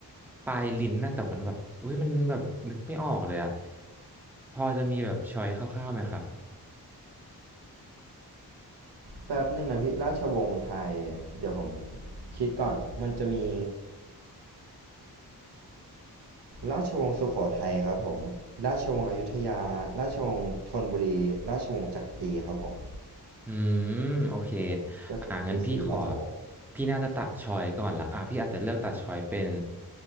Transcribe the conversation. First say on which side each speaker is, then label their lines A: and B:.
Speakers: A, in the centre; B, on the right (about 80°).
A: ปลายลิ้นนะแต่มันแบบอุ้ยมันแบบนึกไม่ออกเลยอะพอจะมีแบบชอยคร่าวๆไหมครับ
B: แป๊บหนึ่งนะพี่ราชวงศ์ไทยเดี๋ยวผมคิดก่อนมันจะมีราชวงศ์สุโขทัยครับผมราชวงศ์อยุธยาราชวงศ์ธนบุรีราชวงศ์จักรีครับผม
A: อืมโอเค
B: ก็คือมีสี่ราชวงศ์
A: อ่างั้นพี่ขอพี่น่าจะตัดชอยก่อนละอ่าพี่อาจจะเลือกตัดชอยเป็น